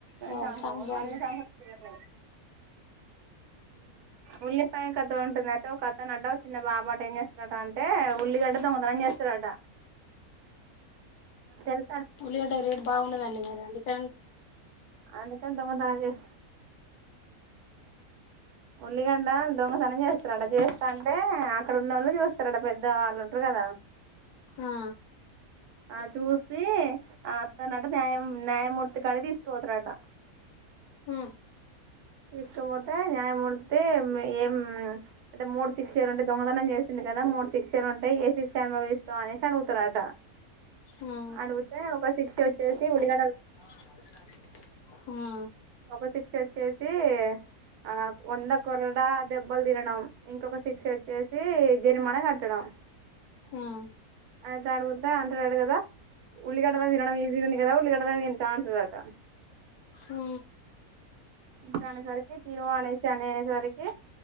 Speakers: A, on the left; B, on the right.
A: వావ్
B: సాహు
A: సాంగ్ బాగుంది
B: మర సాహ <unintelligible> ఉల్లిపాయ కత ఉంటుంనాటు ఓక వస్తానట ఒక చిన్న బా పాట ఏం చేస్తారట అంటే ఉల్లిగడ్డ దొంగతనం చేస్తారట. తెర
A: ఉల్లియ రేట్ బాగుండదండి మరి అందుక
B: అందుకని దొంగతనం ఉల్లిగండ దొంగతనం చేస్తారడా చేస్తా అంటే అక్కడ ఉన్న వాళ్ళు చూస్తారడా పెద్ద వాళ్ళు ఉంటారు కదా.
A: ఆ
B: ఆ చూసి ఆ తనట న్యాయ న్యాయమూర్తి కడ తిస్ పోతారంట
A: ఉ
B: తీసుకుపోతే న్యాయమూర్ ఏ అంటే మూడు శిక్షలు ఉంటే దొంగతనం చేసింది కదా మూడు శిక్షలు ఉంటే ఏ శిక్ష అనుభవిస్తావు అనేసి అడుగుతారుట
A: ఆ
B: అడుగితే ఒక శిక్ష వ.. చేసి ఉల్లిగ
A: ఆ అవున హ
B: ఒక శిక్ష వచ్చేసి ఆ వంద కురడా దెబ్బలు తినడం, ఇంకొక సిక్ష వచ్చేసి జరిమానా కట్టడం.
A: ఆ
B: అయితే ఆడుగుద్దా అంటారట కదా ఉల్గాడ తినడం ఈజీగా ఉంది కదా ఉల్లిగడ్డతో తింటా అంటారట కదా.
A: ఉ
B: ఇంకా అనేసరకి తీను అనేసి అనేసరీకి